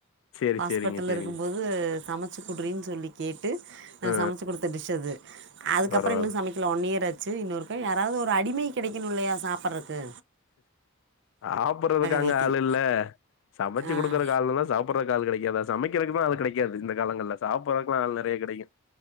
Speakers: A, on the left (about 65°); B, on the right (about 60°).
A: சேரி
B: ஹாஸ்பிட்டல
A: சேரிங்க சேரிங்க.
B: இருக்கும்போது சமச்சி குடுறீன்னு சொல்லி கேட்டு நா
A: ஆ
B: சமச்சு குடுத்த டிஷ் அது அதுக்கப்புறோ
A: ஆ பரவால்ல.
B: இன்னு சமைக் கல ஒன் இயர் ஆச்சு இன்னொருக்க யாராது ஒரு அடிமை கிடைக்கணு இல்லையா சாப்பிறக்கு
A: சாப்பிறதுக்காங்க
B: வெயிட்டிங்
A: ஆள் இல்ல சமச்சு
B: ஆ
A: குடுக்குறக்கு ஆள் இருந்தா சாப் பிறக்கு ஆள் கெடைக்காதா சமைக்கிறதுக்கு தா ஆள் கெடைக்காது இந்த காலங்கள்ல சாப்பிறக்குலா ஆள் நெறயா கெடைக்கு